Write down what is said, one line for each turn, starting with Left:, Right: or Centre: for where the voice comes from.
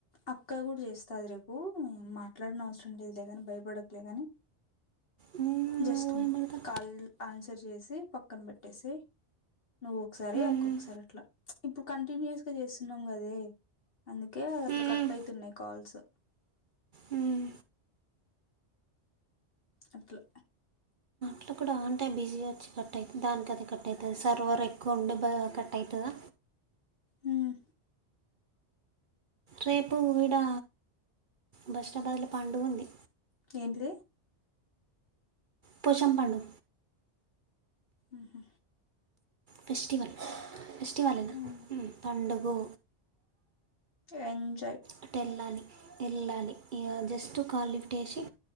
Left: అక్క కూడా చేస్తాది రేపు మాట్లాడిన అవసరం లేదు లే కాని భయపడక్ లే గని
Right: మ్మ్,
Left: జస్ట్
Right: ఊరే పెడతా
Left: కాల్ ఆన్సర్ చేసి పక్కన బెట్టెసేయ్ నువ్వు ఒకసారి
Right: మ్మ్,
Left: అక్కొకసారి అట్లా ఇప్పుడు కంటిన్యూయస్ గా చేస్తున్నాం కదే అందుకే
Right: మ్మ్,
Left: అట్లా కట్ అయితున్నాయి కాల్స్
Right: మ్మ్.
Left: అట్లా
Right: అట్లా కూడా ఆన్ టైం బిజీ వచ్చి కట్ అయి దానికదే కట్ అయితది సర్వర్ ఎక్కువ ఉండి బ కట్ అయితదా
Left: ఉమ్
Right: రేపు ఇడా బస్టాబాదుల పండుగ ఉంది
Left: ఏంటిది
Right: పోచమ్ పండు
Left: ఉహ్మ్
Right: ఫెస్టివల్ ఫెస్టివలేన
Left: మ్మ్.
Right: పండుగు
Left: ఏంద్
Right: అట్ ఎళ్ళాలి ఎళ్ళాలి ఇగ జస్ట్ కాల్ లిఫ్ట్ చేేసి